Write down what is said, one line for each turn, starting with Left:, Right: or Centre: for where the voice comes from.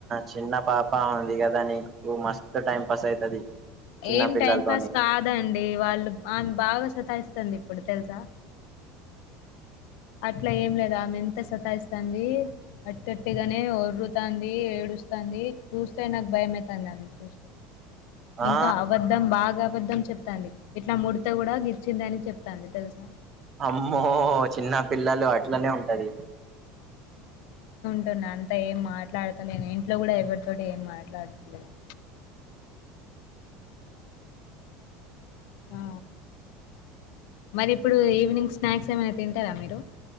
Right: చిన్న పాప ఉంది కదా నీకు మస్తు టైం పాస్ అయితది చిన్న
Left: ఏం
Right: పిల్లలతోని
Left: టైం పాస్ కాదండి వాళ్ళు ఆమే ను బాగా సత్తాస్తుంది ఇప్పుడు తెలుసా అట్లా ఏం లేదుా ఆమె ఎంత సతాయిస్తంది అట్టట్టిగాని అ ఒర్రుతాంది ఏడుస్తుంది చూస్తే నాకు భయమవుతాంది ఆమెకు చూస్తే
Right: ఆ
Left: ఇంకా అబద్దం బాగా అబద్ధం చెప్తంది ఇట్లా మూడిత కూడా గిచిందని చెప్తాంది తెలుసా
Right: అమ్మో చిన్న పిల్లలు అట్లనే ఉంటది
Left: న్న అంతా ఏం మాట్లాడతలేను ఇంట్లో కూడా ఎవరితోటి ఏం మాట్లాడుతలేను ఆ మరి ఇప్పుడు ఈవినింగ్ స్నాక్స్ ఏమైనా తింటారా మీరు